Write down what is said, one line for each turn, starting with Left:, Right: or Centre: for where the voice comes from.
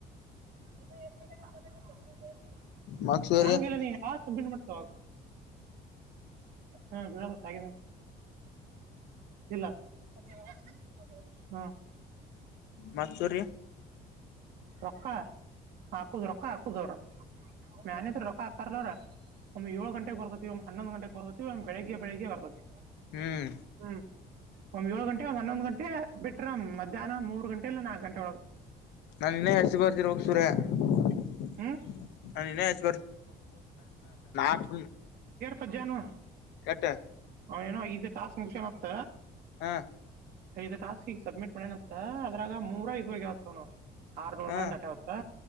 Right: ಇ ಎ ಹಿ <unintelligible>
Left: ಮತ್ ಸೂರ್ಯ
Right: ಸಾಂಗಗೆಲ್ಲ ನೀ ಯಾವಗ್ ಸಬ್ಮಿಂಟ್ ಮಾಡ್ತಿ ಅವಾಗ್ ಹಾ ಗ ಇಲ್ಲ <inaudible> ಹ್ಮ
Left: ಮತ್ ಸೂರ್ಯ
Right: ರೊಕ್ಕ ಹಾಕುದ್ ರೊಕ್ಕ ಹಾಕುದ್ ಅವರ್ ಮ್ಯಾಲಿಂತರ ರೊಕ್ಕಾ ಹಾಕ್ತಾರಿಲ್ಲ ಅವ್ರ್ ಒಮ್ಮಿ ಏಳು ಗಂಟೆಗೆ ಬರ್ತೈತಿ ಒಮ್ಮೆ ಹನ್ನೊಂದು ಗಂಟ ಬರ್ತೈತಿ ಒಮ್ಮೆ ಬೆಳಗ್ಗೆ ಬೆಳಗ್ಗೆ ಬರ್ತೈತಿ.
Left: ಹ್ಮ್
Right: ಹ್ಮ್ ಒಮ್ಮೆ ಏಳು ಘಂಟೆ ಒಮ್ಮೆ ಹನ್ನೊಂದು ಘಂಟೆ ಬಿಟ್ರ ಮದ್ಯಾಹ್ನ ಮೂರ್ ಮೂರ್ ಗಂಟೆ ಇಲ್ಲ ನಾಕ್ ಗಂಟೆ ಒಳಗ.
Left: ನಾನ್ ನಿನ್ನೆ <unintelligible>
Right: ಹ್ಮ್
Left: ಸೂರ್ಯ. <unintelligible>
Right: ಮಧ್ಯಾನು
Left: ಕೆಟ್ಟ
Right: ಅವ ಏನೋ ಐದ್ ಟಾಸ್ಕ್ ಮುಗ್ಸುಯಾನಂತ.
Left: ಹಾ
Right: ಐದ ಟಾಸ್ಕ್ ಈಗ ಸಬ್ಮಿಟ್ ಮಾಡ್ಯನತ್ತ ಅದ್ರಾಗ ಮೂರ <unintelligible> ನೋಡ್. ಆರ್ನೂರ್
Left: ಹ
Right: ಮೇಲೆ ದಾಟ್ಯಾವ್ ಅಂತಾ